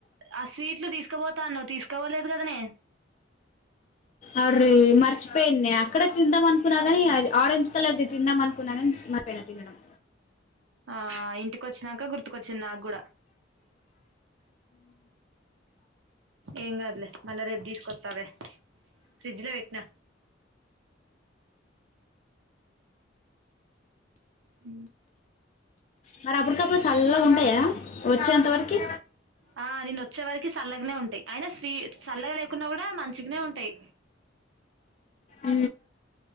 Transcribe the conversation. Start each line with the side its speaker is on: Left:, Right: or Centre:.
Right: ఆ స్వీట్లు తీసుకుపోతా న్నావ్ తీసుకోపోలేదు కదా నే
Left: అర్రె మర్చిపోయింన్నే అక్కడే తిందాం అనుకున్నా కాని అది ఆరెంజ్ కలర్ది తిందాం అనుకున్నా కాని మర్చిపోయినా తినడం
Right: ఆ ఇంటికొచ్చినాక గుర్తుకొచ్చింది నాకు కూడా ఏం కాదులే మళ్ళా రేపు తీసుకొస్తాలే ఫ్రిడ్జ్ లో పెట్టినా అ
Left: మర అప్పుడ్కి అప్పుడు సల్లగ ఉంటాయి కద ఫిజ్జంత వరికి
Right: ఆ నేన్ వచ్చే వరకి చల్లగానే ఉంటాయి అయిన స్వీ చల్లగా లేకున్నా కూడా మంచి చిన్నవు ఉంటాయి
Left: అ